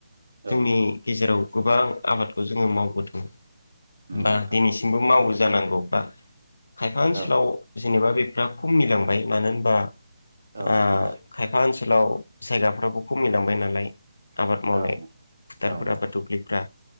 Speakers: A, on the left (about 75°); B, on the right (about 85°).
A: जोंनि
B: औ नोंथां
A: गेजेराव गोबां आबादखौ जोङो मावबोदों
B: नंगौ
A: बा
B: नोंथां
A: इसिंबो मावो जांगौ‌ बा खायफा ओनसोलाव
B: औ
A: जेनबा बे फ्रा खमिलांबाय मानो होनबा
B: औ
A: आ
B: नोंथां
A: खायफा ओनसोलाव जायगाफ्राबो खमिलांबाय नालाय, आबाद मावनाय
B: औ
A: फुथारफोरा
B: औ नोंथां
A: बा दुब्लिफोरा